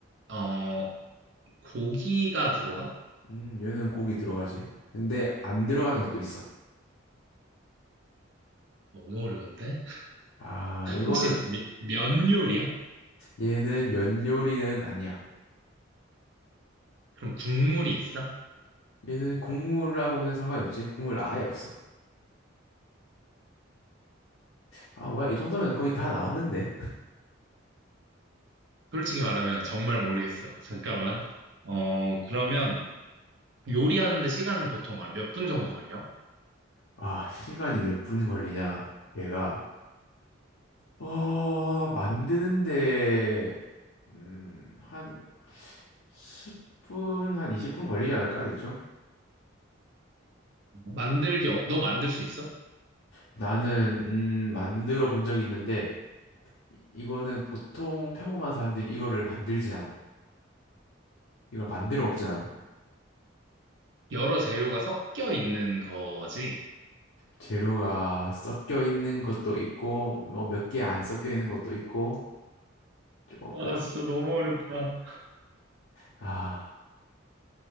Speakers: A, on the right (about 60°); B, on the left (about 70°).
A: 어, 고기가 들어가?
B: 음, 얘는 고기 들어가지. 근데 안 들어가는 것도 있어.
A: 너무 어려운데?
B: 아, 이거는,
A: 혹시 미- 면 요리야?
B: 얘는 면 요리는 아니야.
A: 그럼 국물이 있어?
B: 얘는 국물하고는 상관이 없지. 국물 아예 없어. 아, 뭐야. 이 정도면 거의 다 나왔는데.
A: 솔직히 말하면 정말 모르겠어. 잠깐만. 어, 그러면 요리하는데 시간은 보통 몇 분 정도 걸려?
B: 아, 시간이 몇 분 걸리냐? 얘가 어, 만드는데 음, 한 10분, 한 20분 걸리지 않을까 대충?
A: 만들기, 어- 너 만들 수 있어?
B: 나는 음, 만들어 본 적이 있는데 이- 이거는 보통 평범한 사람들이 이거를 만들진 않아. 이걸 만들어 먹진 않아.
A: 여러 재료가 섞여 있는 거지?
B: 재료가 섞여 있는 것도 있고 뭐 몇 개 안 섞여 있는 것도 있고 조금
A: 와, 진짜 너무 어렵다.
B: 아,